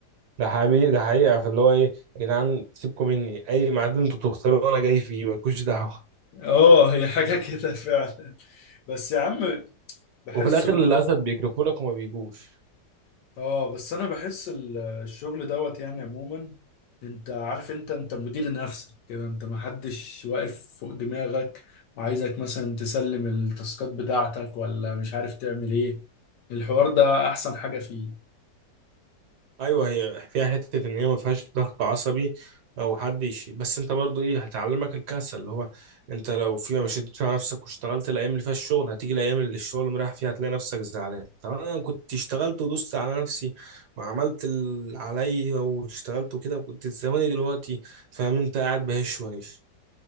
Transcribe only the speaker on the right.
ده حقيقي ده حقيقه فاللي هو ايه يا جدعان سيبكم مني اي ميعاد انتوا تختاروه انا جاي فيه مالكوش دعوه
وفي الاخر
للاسف
بيكرفوا لك وما بيجوش
ايوه هي فيها حته ان هي ما فيهاش ضغط عصبي او حد يشي بس انت برضو ايه هتعلمك الكسل اللي هو انت لو فيها ما شدتش على نفسك واشتغلت الايام اللي فيها الشغل هتيجي الايام اللي الشغل مريح فيها هتلاقي نفسك زعلان طب انا كنت اشتغلت ودوست على نفسي وعملت اللي عليا واشتغلت وكده كنت زماني دلوقتي فاهم انت قاعد بهش ونيش